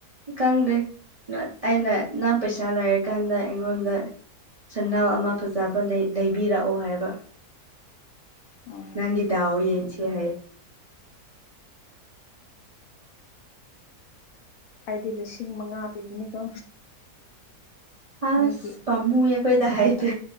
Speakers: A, on the right; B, on the left.
A: ꯈꯪꯗꯦ ꯑꯩꯅ ꯅꯪ ꯄꯩꯁꯥ ꯂꯩꯔꯀꯥꯟꯗ ꯑꯩꯉꯣꯟꯗ ꯁꯅꯥ ꯑꯃ ꯐꯖꯕ ꯂꯩ ꯂꯩꯕꯤꯔꯛꯑꯣ ꯍꯥꯏꯕ
B: ꯑꯣ
A: ꯅꯪꯒꯤ ꯗꯥꯥꯎ ꯌꯦꯡꯁꯦ ꯍꯥꯏꯌꯦ
B: ꯑꯩꯗꯤ ꯂꯤꯁꯤꯡ ꯃꯉꯥ ꯄꯤꯕꯅꯤꯀꯣ
A: ꯑ꯭ꯁ
B: ꯃꯤꯒꯤ
A: ꯄꯥꯃꯨꯌꯦ ꯑꯈꯣꯏꯗ ꯍꯥꯏꯗꯦ